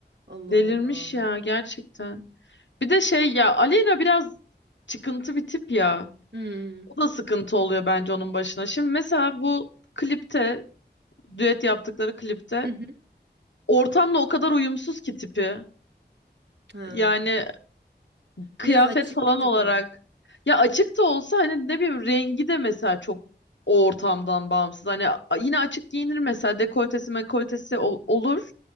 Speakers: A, on the right (about 70°); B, on the left (about 85°).
A: Allah
B: Delirmiş
A: Allah.
B: ya gerçekten. Bir de şey ya Aleyna biraz çıkıntı bir tip ya.
A: Hmm.
B: O da sıkıntı oluyor bence onun başına. Şimdi mesela bu klipte, düet yaptıkları klipte
A: Hı hı.
B: ortamla o kadar uyumsuz ki tipi.
A: Ha.
B: Yani Kıyafet
A: Biraz açık
B: falan
A: değil
B: olarak.
A: mi?
B: Ya açık da olsa hani ne bileyim rengi de mesela çok o ortamdan bağımsız. Hani a- yine açık giyinir mesela dekoltesi mekoltesi ol- olur.